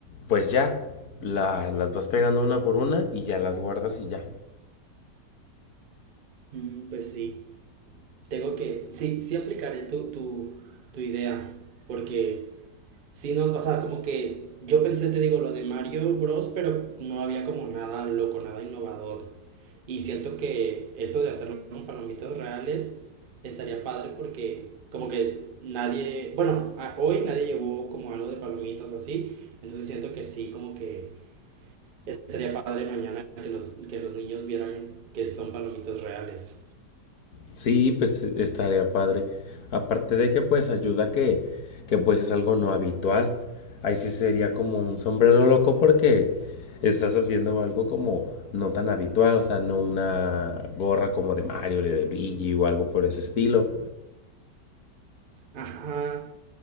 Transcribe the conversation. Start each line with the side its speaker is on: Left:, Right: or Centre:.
Left: pues ya la- las vas pegando una por una y ya las guardas y ya.
Right: Mm, pues sí. tengo que, sí, sí aplicaré tu, tu, tu idea, porque si no, o sea, como que yo pensé, te digo, lo de Mario Bros, pero no había como nada loco, nada innovador. Y siento que eso de hacerlo con palomitas reales estaría padre porque como que nadie, bueno, a- hoy nadie llevó como algo de palomitas o así, entonces siento que sí, como que estaría padre mañana que los, que los niños vieran que son palomitas reales.
Left: Sí, pues e- estaría padre. Aparte de que pues ayuda que, que pues es algo no habitual. Ahí sí sería como un sombrero loco porque estás haciendo algo como no tan habitual, o sea, no una gorra como de Mario o de Luigi o algo por ese estilo.
Right: Ajá,